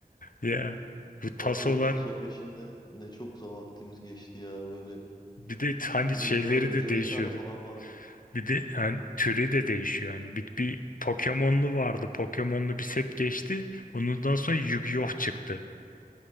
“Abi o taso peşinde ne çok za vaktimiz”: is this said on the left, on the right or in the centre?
Left